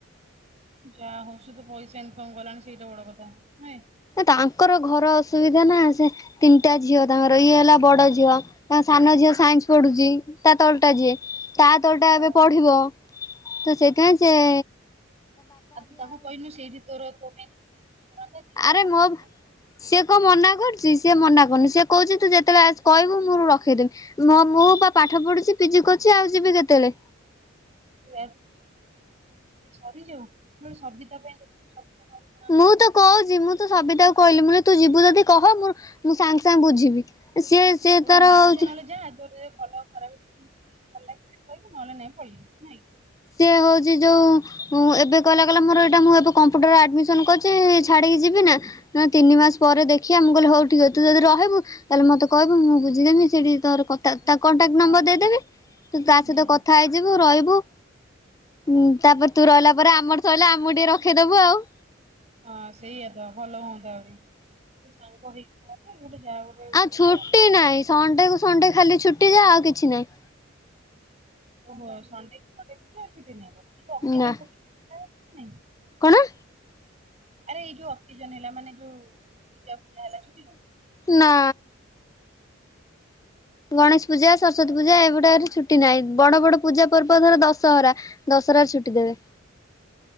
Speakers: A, on the right (about 35°); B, on the left (about 15°).
A: ଯାହା ହଉ ତ ପଇସା ଇନକମ୍ କଲାଣି ସେଇଟା ବଡ କଥା ନୁହେ।
B: ତାଙ୍କର ଘର ଅସୁବିଧା ନା ସେ ତିନିଟା ଝିଅ ତାଙ୍କର ଇଏ ହେଲା ବଡ ଝିଅ ତାଙ୍କ ସାନ ଝିଅ ସାଇନ୍ସ ପଢୁଚି ତା ତଳଟା ଯିଏ। ତା ତଳ ଟା ଏବେ
A: ଓହୋ
B: ପଢିବ ତ ସେଇଥିପାଇଁ ସିଏ
A: ଆଉ ତୁ ତାକୁ କହିଲୁନି ସେଇଠି ତୋର ତୋ ପାଇଁ ଛୁଟି କରନ୍ତେ ଦି ଜଣ
B: ଆରେ
A: ଭଲ
B: ମୋ
A: ହୁଅନ୍ତୁ
B: ସିଏ କଣ ମନା କରୁମି ସିଏ ମନା କରୁନି ସିଏ କହୁଚି ତୁ ଯେତେବେଳେ ଆସ କହିବୁ ମୁଁ ରଖେଇଦେମି। ମ ମୁଁ ବା ପାଠ ପଢୁଚି ପିଜି କରୁଚି ଆଉ ଯିବି କେତେବେଳେ।
A: <unintelligible> କରୁ ସରିଯାଉ ନହେନେ ସବିତା ପାଇଁ ଦେଖୁନୁ। ନହେଲେ ପଳାନ୍ତା
B: ମୁଁ ତ କହୁଚି ମୁଁ ତ ସବିତାକୁ କହିଲି ମୁଁ କହିଲି ଯିବୁ ଯଦି କହ ମୁଁ ମୁଁ ସାଙ୍ଗେ ସାଙ୍ଗେ ବୁଝିବି ସିଏ ସିଏ
A: ହଁ
B: ତାର
A: ମାସେ
B: ହଉଛି
A: ନହେଲେ ଯାଆ ତୋର ଯଦି ଭଲହବ ଖରାପ ଭଲ ଲାଗିଲେ ରହିବୁ ନହେଲେ ନାଇଁ ପଳେଆଇବୁ ନାଇଁ କି।
B: ସେ ହଉଚି ଯୋଉ ମୁଁ ଏବେ କହିଲା କଲା ମୋର ଏଇଟା ମୁଁ ଏବେ କମ୍ପ୍ୟୁଟର ଆଡମିସନ୍ କରିଚି ଛାଡ଼ିକି ଯିବି ନା। ନା ତିନି ମାସ ପରେ ଦେଖିବା ମୁଁ କହିଲେ ହଉ ଠିକ୍ ଅଛି ତୁ ଯଦି ରହିବୁ ତାହେଲେ ମତେ କହିବୁ ମୁଁ ବୁଝିଦେମି ସେଠି ତୋର କଥ ତା ତା କଣ୍ଟାକ୍ଟ
A: ହଁ
B: ନମ୍ବର ଦେଇଦେବି
A: ସେ
B: ତୁ ତା
A: ହୁଁ
B: ସହିତ କଥା ହେଇଯିବୁ ରହିବୁ। ହୁଁ ତାପରେ
A: ହଁ।
B: ତୁ ରହିଲା ପରେ ଆମର ସରିଲେ ଆମକୁ ଟିକେ ରଖିଦବୁ ଆଉ।
A: ହଁ ସେଇଆ ତ ଭଲ ହୁଅନ୍ତା ବି ଗୋଟେ ସାଙ୍ଗ ହେଇକି ରହନ୍ତେ ଗୋଟେ ଯାହା ଗୋଟେ ଭଲ
B: ଆଉ ଛୁଟି ନାହିଁ
A: ଲାଗନ୍ତା।
B: ସଣ୍ଡେକୁୁ ସଣ୍ଡେ ଖାଲି ଛୁଟି ଯାହା ଆଉ କିଛି ନାହିଁ।
A: ଓହେ ସଣ୍ଡେ କୁ ସଣ୍ଡେ ଛୁଟି ଆଉ ଛୁଟି ନାହିଁ ଅକେଜନ୍
B: ନା
A: ଫକେଯନ୍ ଛୁଟି ନାହିଁ?
B: କଣ?
A: ଆରେ ଏଇ ଯୋଉ ଅକେଜନ ହେଲା ମାନେ ଯୋଉ ପୂଜା ଫୂଜା ହେଲା ଛୁଟି ନାଇଁ।
B: ନା। ଗଣେଶ ପୂଜା ସରସ୍ଵତୀ ପୂଜା ଏଗୁଡାକରେ ଛୁଟି ନାହିଁ ବଡ ବଡ ପୂଜା ପର୍ବ ଧର ଦଶହରା। ଦଶରାରେ ଛୁଟି ଦେବେ।